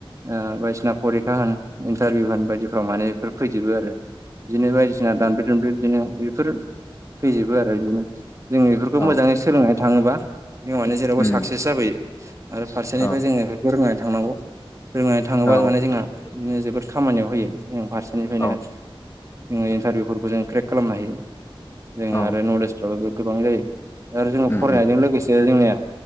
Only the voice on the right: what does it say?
ओ बायदिसिना फरिखा होन इन्टारभिउ होन बायदिफ्राव माने बेफोर फैजोबो आरो। बिदिनो बायदिसिना दानब्रे दुमब बिदिनो बेफोर फैजोबो आरो बिदिनो जों बेफोरखौ
मोजाङै सा सोलोंनाय थाङोबा बिमानि जेरावबो
साक्सेस जाबोयो आरो फारसेनिफ्राय
जोङो फोरमानानै थांनांगौ रोंनानै थाङोबा
माने जोंहा बिनो जोबोद खामानियाव होयो जों फारसे बे निफ्रायनो
जोङो इन्टारभिउफोरखौ जों क्रेक खालामनो हायो जोङो
आरो नलेज <unintelligible> गोबां जायो आरो जोङो
फरायनायजों
लोगोसे जोंनिया